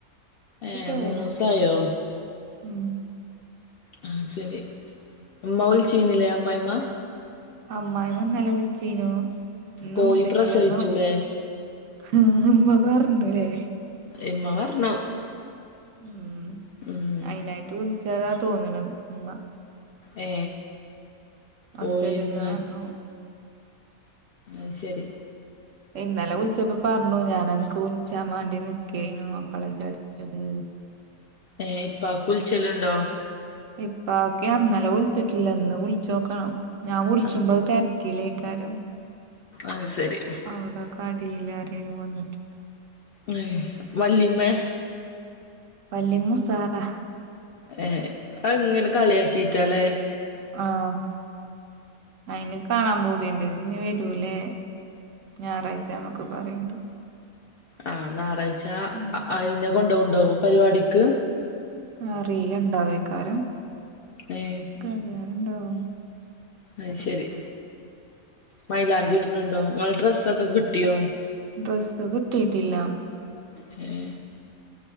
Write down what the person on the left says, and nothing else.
ഏഹ്
മൂന്നൂസായോ
ആഹ ശരി മൗല് ചെയ്യുന്നില്ലേ അമ്മായ്മ്മ
കോയി
പ്രസവിച്ചുലേ
ഇമ്മ പറഞ്ഞു
ഉം
ഏ കോഴിന്താ
അയ്ശരി.
ഏ ഇപ്പാക്ക് കുളിച്ചലുണ്ടോ
ആഹ്
അത് ശരി
ഉ വല്ലിമ്മേ
ഏ ഇങ്ങനെ കളിയാക്കീറ്റാലേ
ആ ഞായറാഴ്ച
അയിനെ കൊണ്ടോവുണ്ടൊ പരിവാടിക്ക്.
ഏ
അയ്ശെരി മൈലാഞ്ചിടണ് ണ്ടൊ? ഇങ്ങളെ ഡ്രസ്സൊക്കെ കിട്ടിയോ?
ഹേ